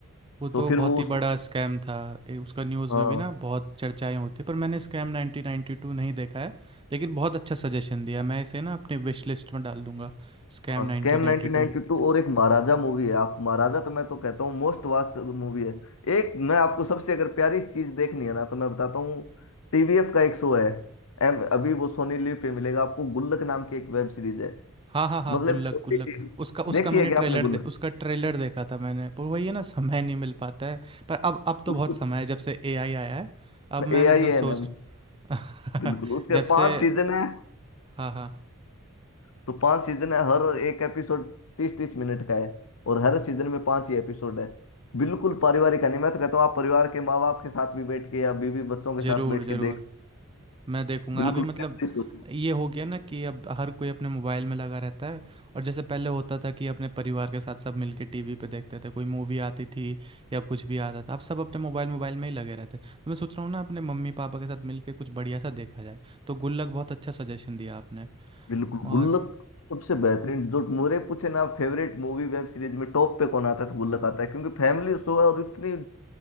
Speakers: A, on the right; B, on the left.
A: वो
B: तो
A: तो
B: फिर
A: बहुत
B: वो
A: ही
B: उसको
A: बड़ा स्कैम था ए, उसका न्यूज़
B: हाँ
A: में भी ना बहुत चर्चाएं होती है, पर मैंने स्कैम 1992 नहीं देखा है लेकिन बहुत अच्छा सजेशन दिया मैं इसे ना अपने विश लिस्ट में डाल दूंगा स्कैम
B: हाँ
A: 1992
B: स्कैम 1992 और एक महाराजा मूवी है आप महाराजा तो मैं तो कहता हूँ मोस्ट वास्ट मूवी है एक मैं आपको सबसे अगर प्यारी चीज देखनी है ना तो मैं बताता हूँ टीवीएफ का एक शो है एम अभी वो सोनी लिव पे मिलेगा आपको गुल्लक नाम की एक वेब सीरीज है
A: हाँ हाँ हाँ
B: मतलब
A: गुल्लक
B: छोटी
A: गुल्लक
B: सी
A: उसका उसका
B: देखिए
A: मैंने
B: क्या
A: ट्रेलर
B: आपने गुल्लक
A: दे, उसका ट्रेलर देखा था मैंने पर वही है ना समय नहीं मिल पाता है पर अब अब तो बहुत
B: उसको
A: समय है जब से एआई आया है अब मैं
B: ए
A: मतलब
B: आई
A: सोच
B: एन एम
A: <laughs>
B: बिल्कुल उसके
A: जब
B: पांच
A: से
B: सीजन है
A: हाँ हाँ
B: तो पांच सीजन है हर एक एपिसोड तीस तीस मिनट का है और हर सीजन में पांच ही एपिसोड है बिल्कुल पारिवारिक कहानी मैं तो कहता हूँ आप परिवार के माँ बाप के साथ भी बैठ के या बीवी बच्चों के साथ
A: जरूर
B: बैठ
A: जरूर
B: के देख
A: मैं देखूंगा
B: बिल्कुल
A: अभी मतलब
B: memories होती-
A: ये हो गया ना कि अब हर कोई अपने मोबाइल में लगा रहता है और जैसे पहले होता था कि अपने परिवार के साथ सब मिलके टीवी पे देखते थे कोई मूवी आती थी या कुछ भी आता था अब सब अपने मोबाइल मोबाइल में ही लगे रहते हैं तो मैं सोच रहा हूँ ना अपने मम्मी पापा के साथ मिलके कुछ बढ़िया सा देखा जाए तो गुल्लक बहुत अच्छा सजेशन दिया आपने
B: बिल्कुल
A: और
B: गुल्लक सबसे बेहतरीन जो मेरे पूछे ना फेवरेट मूवी वेब सीरीज में टॉप पे कौन आता है तो गुल्लक आता है क्योंकि फैमिली शो है और इतनी